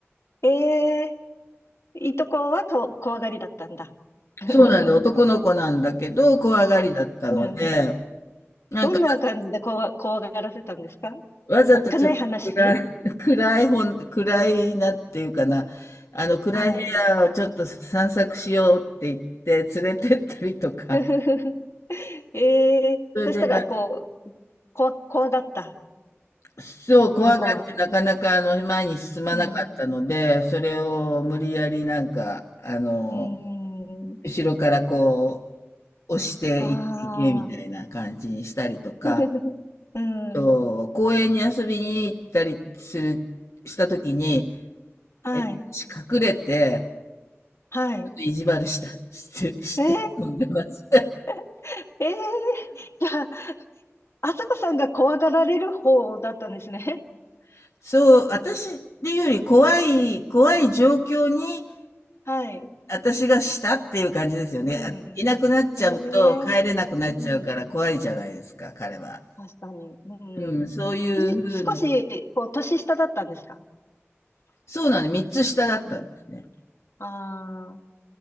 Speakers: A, on the left; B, on the left.
A: えー、いとこはこ怖がりだったんだ。<laughs>
B: そうなんです。男の子なんだけど、怖がりだったので、
A: うん。
B: なんか
A: どんな感じで怖、怖がらせたんですか
B: わざとちょっと暗い、
A: おっかない話
B: <laughs> 暗い本、暗いなっていうかな、あの、暗い部屋をちょっと散策しようって言って連れてったりとか、
A: はい。<laughs> えー、
B: それで、
A: そしたら、こう、怖、怖がった、
B: そう、怖がってなかなかあの前に進まなかったので、
A: 向こうは。うん。う
B: それを無理やりなんか、あの、
A: ーん。
B: 後ろからこう、押していけ、
A: あ
B: いけみたいな感じにしたりとか、
A: あ。<laughs> うん。
B: あと、公園に遊びに行ったりする、したときに、
A: はい。
B: え、隠れて、
A: はい。
B: ちょっと意地悪した、して、して飛んでました。
A: えー <laughs> ええ <laughs> じゃあ、あさこさんが怖がられる方だったんですね。
B: <laughs> そう、私っていうより怖い、怖い状況に、
A: <laughs> はい。
B: 私がしたっていう感じですよね。
A: うん。
B: あいなくなっちゃうと帰れなくなっちゃうから怖いじゃないですか、
A: ええうん。
B: 彼は。
A: 確かに。う
B: うん、
A: ん。
B: そういうふうな、
A: え少し、こう、年下だったんですか
B: そうなの、3つ下だったんですね。
A: うん。あ